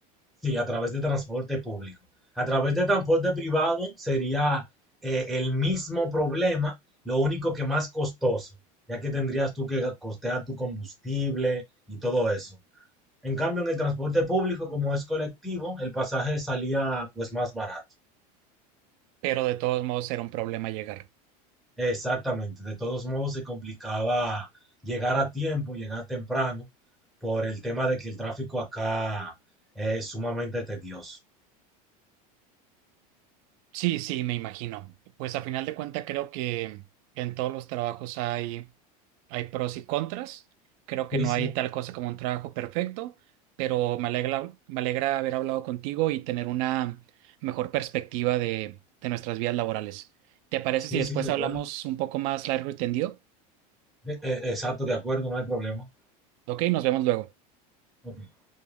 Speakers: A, in the centre; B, on the right (about 65°).
A: sí, a través de transporte público. A través de transporte privado sería eh, el mismo problema, lo único que más costoso, ya que tendrías tú que costear tu combustible y todo eso. En cambio, en el transporte público, como es colectivo, el pasaje salía pues más barato.
B: pero de todos modos era un problema llegar.
A: Exactamente. De todos modos, se complicaba llegar a tiempo, llegar temprano, por el tema de que el tráfico acá es sumamente tedioso.
B: Sí, sí, me imagino. Pues a final de cuentas creo que en todos los trabajos hay, hay pros y contras. Creo que
A: Sí,
B: no
A: sí,
B: hay tal cosa como un trabajo perfecto, pero me alegra, me alegra haber hablado contigo y tener una mejor perspectiva de, de nuestras vidas laborales. ¿Te parece
A: sí,
B: si después
A: sí, de
B: hablamos
A: acuerdo.
B: un poco más largo y tendido?
A: De- eh, exacto, de acuerdo, no hay problema.
B: Ok, nos vemos luego.
A: Ok.